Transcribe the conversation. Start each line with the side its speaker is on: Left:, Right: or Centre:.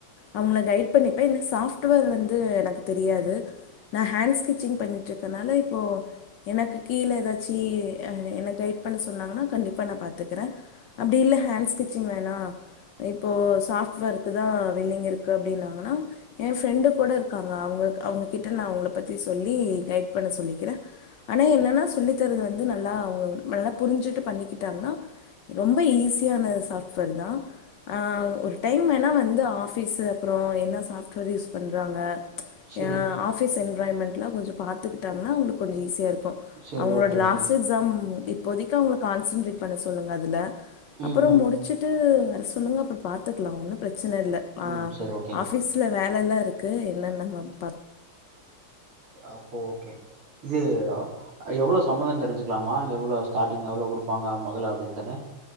Left: அவங்கள கைட் பண்ணிப்பே என்ன சாஃப்ட்வேர் வந்து எனக்கு தெரியாது நா ஹேண்ட் ஸ்கெச்சிங் பண்ணிட்ருக்கனால இப்போ எனக்கு கீழ எதாச்சு அ என்ன கைட் பண்ண சொன்னாங்கன்னா கண்டிப்பாக நா பாத்துக்குறே அப்டி இல்ல ஹேண்ட் ஸ்கெச்சிங் வேணா இப்போ சாஃப்ட்வேர்க்கு தா வில்லிங் இருக்கு அப்டின்னாங்கன்னா ஏன் ஃப்ரெண்டு கூட இருக்காங்க அவங்க அவங்ககிட்ட நா அவங்கள பத்தி சொல்லி கைட் பண்ண சொல்லிக்கிறே ஆனா என்னென்னா சொல்லித்தரது வந்து நல்லா அவங்க நல்லா புரிஞ்சுட்டு பண்ணிக்கிட்டாங்கன்னா ரொம்ப ஈஸியான சாஃப்ட்வேர் தா ஆ ஒரு டைம் வேணா வந்து ஆஃபீஸ்சு அப்றோ என்ன சாஃப்ட்வேர் யூஸ் பண்றாங்க
Right: சரி,
Left: யா ஆஃபீஸ் என்வ்ராயிமெண்ட்லா கொஞ்சோ பாத்துக்குட்டாங்கன்னா அவுங்களுக்கு கொஞ்சோ ஈஸியா இருக்கு
Right: சரி.
Left: அவங்களோட
Right: ஓகே, ஓகே.
Left: லாஸ்ட் எக்ஸாம் இப்போதைக்கு அவங்கள கான்சென்ட்ரேட் பண்ண சொல்லுங்க அதுல
Right: ம்,
Left: அப்றோ
Right: ம்,
Left: முடிச்சுட்டு வர சொல்லுங்க அப்றோ பாத்துக்கலா ஒன்னு பிரச்சன இல்ல
Right: ம்.
Left: ஆ ஆஃப்
Right: சரி ஓகே.
Left: ஆஃபிஸ்ல வேலல்லா இருக்கு என்னென்ன <inaudible>
Right: அப்போ ஓகே இது அ எவ்ளோ சம்பளன் தெரிஞ்சுக்குலாமா எவ்ளோ ஸ்டார்டிங் எவ்ளோ குடுப்பாங்க மொதல அப்டின்ட்டுனு